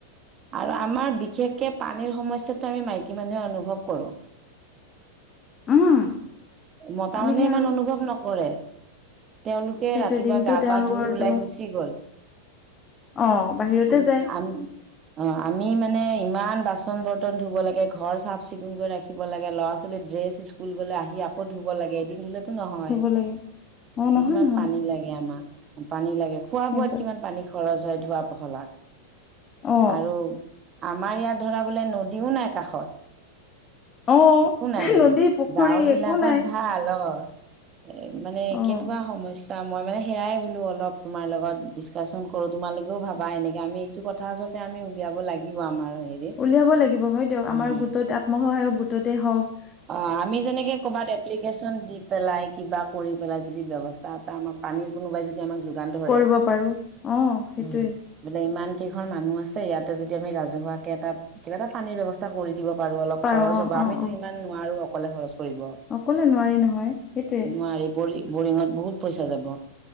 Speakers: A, on the right (about 30°); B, on the left (about 25°).
A: আৰু আমাৰ বিশেষকে পানীৰ সমস্যাটো আমি মাইকী মানুহে অনুভৱ কৰোঁ।
B: উম
A: মতামানুহে
B: আমি সে
A: ইমান
B: আৰু
A: অনুভৱ নকৰে। তেওঁলোকে ৰাতি
B: সেইটোৱে
A: ৰাতিপুৱা
B: দিনটো
A: গা
B: তেওঁলোকৰটো
A: পা ধুই ওলাই গুচি গ'ল।
B: অ বাহিৰতে
A: আমি
B: যায়
A: আম অ', আমি মানে ইমান বাচন বৰ্তন ধুব লাগে, ঘৰ চাফ চিকুণ কৰি ৰাখিব, লাগে ল'ৰা ছোৱালী ড্ৰেছ স্কুল গ'লে আহি আকৌ ধুব লাগে এদিন ধুলে টো নহয়,
B: থব লাগে অ নহয়
A: কিমান
B: নহয়
A: পানী লাগে। পানী লাগে খোৱা
B: সেইটো
A: বোৱাত কিমান পানী খৰচ হয় ধোৱা পখলাত
B: অ
A: আৰু আমাৰ ইয়াত ধৰা বোলে নদীও নাই কাষত।
B: অ
A: একো নাই মানে
B: নদী পুখুৰী
A: গাওঁ বিলাকত
B: একো নাই
A: ভাল অ'। এ মানে
B: অ
A: কেনেকুৱা সমস্যা মই মানে সেয়াই বোলো অলপ তোমাৰ লগত ডিছকাশচন কৰোঁ তোমালোকেও ভাবা এনেকে আমি এইটো কথা আচলতে আমি উলিয়াব লাগিব আমাৰ। হেৰিত
B: উলিয়াব লাগিব হয় দিয়ক
A: উম
B: আমাৰ গোটত আত্মসহায়ক গোটতে হওঁক।
A: অ', আমি যেনেকে ক'ৰবাত এপ্লিকেশ্যন দি পেলাই কিবা কৰি পেলাই যদি ব্যব পানীৰ কোনোবাই যদি আমাক যোগান ধৰে,
B: কৰিব পাৰো অ সেইটোৱে
A: উ বোলে ইমান কেইঘৰ মানুহ আছে ইয়াতে যদি আমি ৰাজহুৱাকে এটা কিবা এটা পানীৰ ব্যৱস্থা কৰি দিব বাৰু অলপ
B: পাৰো
A: খৰচ
B: অ
A: হ'ব
B: অ
A: আমিতো
B: অ
A: মাৰো অকলে খৰচ কৰিব নোৱাৰি
B: অকলে নহয় সেইটোৱে
A: পৰি বৰিঙত বহুত পইচা যাব